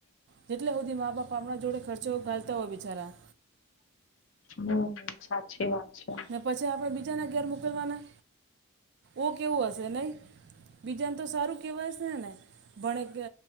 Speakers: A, on the right; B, on the left.
A: જેટલા સુધી મા બાપ આપણાં જોડે ખર્ચો ઘાલતા હોય બિચારા.
B: હમ્મ સાચી વાત છે.
A: ને પછી આપણે બીજાના ઘેર મોકલવાના ઓ કેવું હશે નહી. બીજાને તો સારું કેવાય છે ને ને ભણે કે